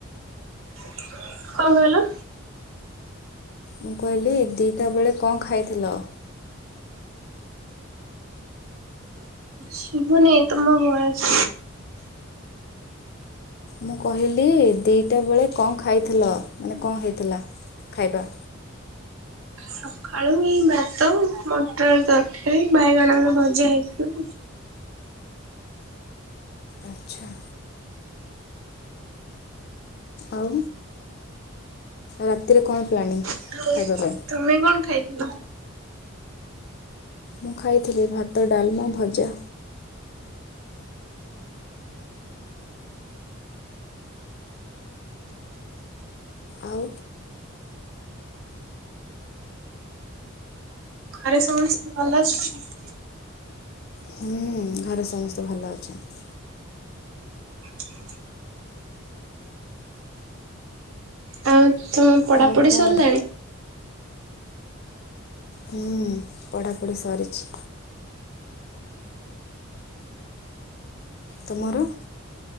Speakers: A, on the right; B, on the left.
A: କଣ କହିଲ?
B: ମୁଁ କହିଲି ଦିଟା ବେଳେ କଣ ଖାଇଥିଲ?
A: ଶୁଭୁନି ତମ ଭଏସ୍।
B: ମୁଁ କହିଲି ଦିଟା ବେଳେ କଣ ଖାଇଥେଲ, ମାନେ କଣ ହେଇଥେଲା ଖାଇବା?
A: ସଖାଳୁ ଏଇ ଭାତ, ମଟର ଆଳୁ ତରକାରୀ, ବାଇଗଣ ଆଳୁ ଭଜା ହେଇଥିଲା।
B: ଆଚ୍ଛା। ଆଉ? ରାତିରେ କଣ ପ୍ଲାନିଂ
A: ଆଉ।
B: ଖାଇବା ପାଇଁ?
A: ତମେ କଣ ଖାଇଥିଲ?
B: ମୁଁ ଖାଇଥିଲି ଭାତ, ଡାଲମା, ଭଜା। ଆଉ?
A: ଘରେ ସମସ୍ତେ ଭଲ ଅଛନ୍ତି?
B: ହୁଁ ଘରେ ସମସ୍ତେ ଭଲ ଅଛନ୍ତି।
A: ଠିକ <inaudible> ଆଉ ତମ ପଢାପଢି
B: ଆଉ କ'ଣ
A: ସରିଲାଣି?
B: ହୁଁ ପଢ଼ାପଢ଼ି ସରିଛି। ତୁମର?